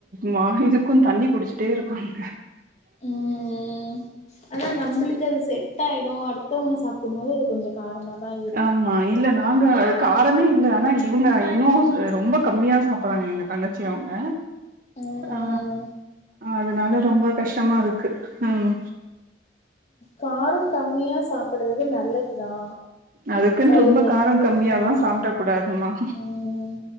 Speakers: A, on the right (about 50°); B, on the left (about 40°).
A: மா இது க்கும் தண்ணி குடிச்சட்டே இருப்பாங்க
B: ம் ம் ஆனா நம்மளுக்கு அது செட் ஆயிடு அடுத்தவங்க சாப்பிடும்போது அது கொஞ்ச காரமா தா இரு
A: ஆமா இல்ல நாங்க அக்கு காரமே இல்ல ஆனா இவுங்க இன்னு ரொம்ப கம்மியா சாப்பிறாங்க எங்க தங்கச்சி அவங்க
B: ம்
A: ஆ அதனால ரொம்ப கஷ்டமா இருக்கு ம்
B: காரோ கம்மியா சாப்பிடுறது நல்லதுதா
A: அதுக்குன்னு
B: வயிறெல்லா
A: ரொம்ப காரோ
B: புண்ணு
A: கம்மியால்லா
B: இல்லாம
A: சாப்ட கூடாதுமா
B: ம்